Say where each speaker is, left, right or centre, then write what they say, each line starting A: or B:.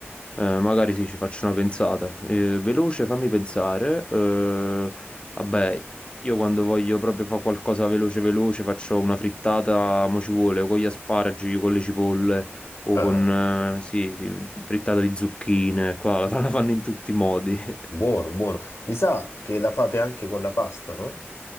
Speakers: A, on the left (about 25°); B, on the left (about 70°).
A: eh, magari sì, ci faccio una pensata. Eh, veloce, fammi pensare. eh, vabbè, io quando voglio proprio fare qualcosa veloce veloce faccio una frittata, mo ci vuole, o con gli asparagi, con le cipolle o
B: Ah,
A: con, eh, sì, sì, frittata di zucchine, qua la fanno la fanno in tutti i modi. <laughs>
B: buono, buono. Mi sa che la fate anche con la pasta, no?